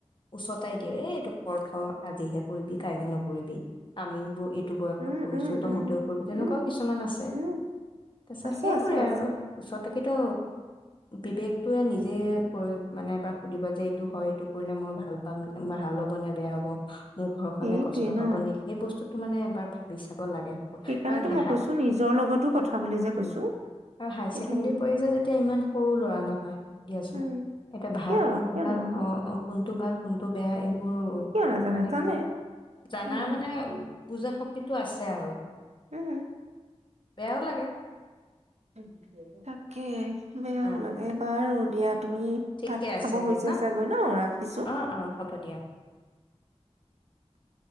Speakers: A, on the left (about 45°); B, on the right (about 75°).
A: উচতাই দিয়ে। এই এইটো কৰ থো, আজিহে কৰিবি, কাইলৈ নকৰিবি। <unintelligible> টো বয়সত
B: উম
A: কৰিছোঁ,
B: উম
A: তহঁতেও
B: উম
A: কৰিবি, তেনেকুৱাও
B: উম
A: কিছুমান আছে।
B: উম
A: তাৰ পিছত
B: আছে
A: সেইবোৰে
B: আছে আছে
A: আৰু ওচৰতো থাকিতো বিবেকটোৱে নিজে কৰে। মানে এবাৰ সুধিবা যে এইটো হয়, এইটো কৰিলে মই ভাল পাম ম ভাল হ'ব নে বেয়া হ'ব। মোৰ ঘৰখনে
B: সেইটোৱে
A: কষ্ট
B: ন
A: পাব নেকি? বস্তুতটো মানে এবা ভাবি চাব লাগে,
B: সেইকাৰণেতো
A: কাৰণ এ
B: মই
A: হা
B: কৈছো নিজৰ লগতো কথা বুলি যে কৈছো
A: উম, আৰু হায়
B: সেইটো
A: চেকেণ্ডাৰী
B: নি
A: পঢ়ি আছে যেতিয়া ইমান সৰু ল'ৰা নহয় দিয়াচোন।
B: উম
A: এটা ভাল
B: কিয়
A: কোনটো
B: কিয়
A: ভাল,
B: নহয়নো
A: অহ, অহ, কোনটো ভাল কোনটো বেয়া এইবো বোৰ
B: কিয় নাজানে
A: মানে
B: জানে
A: কি, জানা
B: উম
A: মানে বুজাশক্তিটো আছে আৰু।
B: উম।
A: বেয়াও লাগে।
B: <inaudible> তাকে। বেয়াও
A: অ',
B: লাগে বাৰু ইয়াত। তুমি
A: ঠিকে
B: ভাত
A: আছে
B: খাব হৈছে
A: দিয়া
B: চাগৈ ন? ৰাখিছো।
A: অ', অ', হ'ব দিয়া।
B: <inaudible>